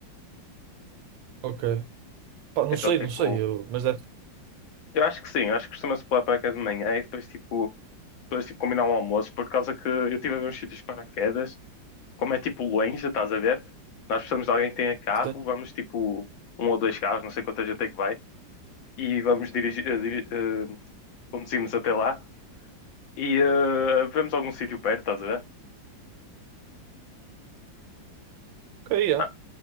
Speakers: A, on the right; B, on the left.
A: Ok. Pá, não
B: Então
A: sei,
B: tipo,
A: não sei, eu, mas deve
B: eu acho que sim, eu acho que costuma-se pular paraquedas de manhã e depois tipo, depois tipo combinar um almoço, por causa que eu tive a ver uns sítios de paraquedas, como é tipo longe, estás a ver? Nós precisamos de alguém que tenha carro,
A: ser.
B: vamos tipo um ou dois carros, não sei quanta gente é que vai, e vamos dirigir, eh, diri- eh, conduzimos até lá e eh, vemos algum sítio perto, estás a ver?
A: Ok, yeah.
B: Ma-